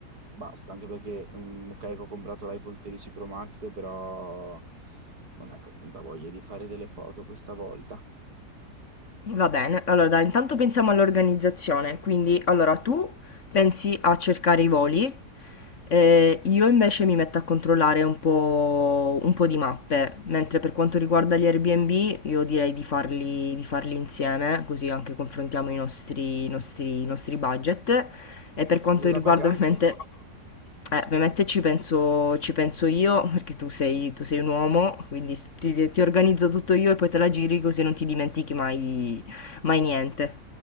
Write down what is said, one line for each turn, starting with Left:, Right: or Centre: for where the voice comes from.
Right: basta, anche perché mm, ok, che ho comprato l'iPhone 16 Pro Max, però non è che ho tanta voglia di fare delle foto questa volta.
Left: Va bene, allora dai, intanto pensiamo all'organizzazione, quindi allora tu pensi a cercare i voli, eh, io invece mi metto a controllare un po', un po' di mappe, mentre per quanto riguarda gli Airbnb io direi di farli, di farli insieme, così anche confrontiamo i nostri, i nostri, i nostri budget e per quanto
Right: Della
Left: riguarda
Right: bagagli?
Left: ovviamente, eh, ovviamente ci penso, ci penso io, perché tu sei, tu sei un uomo, quindi s- ti, ti organizzo tutto io e poi te la giri così non ti dimentichi mai, mai niente.